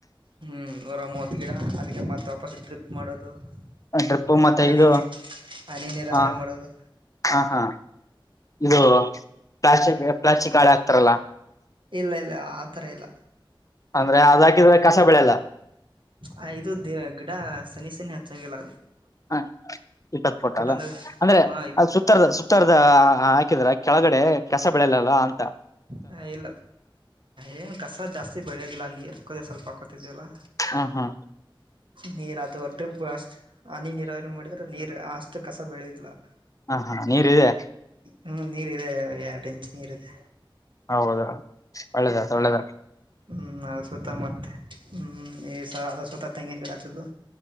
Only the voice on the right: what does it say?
ಹ್ಮ ನೂರ ಮೂವತ್ತು ಗಿಡ ಅದಕ್ಕೆ ಮತ್ತೆ ವಾಪಸ್ ಡ್ರಿಪ್ ಮಾಡೋದು
ನೀರನ
ಹನಿ
ನೀರ್ ಹನಿ ನೀರಾವರಿ
ಮಾಡೋದು.
ಇಲ್ಲ ಇಲ್ಲ ಆತರ ಇಲ್ಲ.
ಆ ಇದುದ ಗಿಡ ಸನಿ ಸನಿ ಹಚ್ಚಂಗಿಲ್ಲದ.
ಅಂದಾಗ
ಹಾ
ಹ ಇಲ್ಲ ಏನ್ ಕಸ ಜಾಸ್ತಿ ಬೆಳೆಯೋದಿಲ್ಲ ನೀರು ಹಕೋದ್ರೆ ಸ್ವಲ್ಪ ಗೊತ್ತಿದೆ ಅಲ್ಲಾ.
ನೀರ್ ಅದು ಡ್ರಿಫ್ ಅಷ್ಟ್ ಹನಿ ನೀರಾವ ಮಾಡಿದ್ರೆ ನೀರ್ ಅಷ್ಟ್ ಕಸ ಬೆಳೆಯೋದಿಲ್ಲಾ.
ಹ್ಮ ನೀರ್ ಇದೆ ಆ ಎರಡು ಇಂಚು ನೀರ್ ಇದೆ
ಹ್ಮ್ ಅ ಸುತ್ತ ಮತ್ತೆ ಹ್ಮ್ ಹ್ಮ್ ಸ್ವ ಅದ ಸ್ವತ ತೆಂಗಿನ ಗಿಡ ಆತದು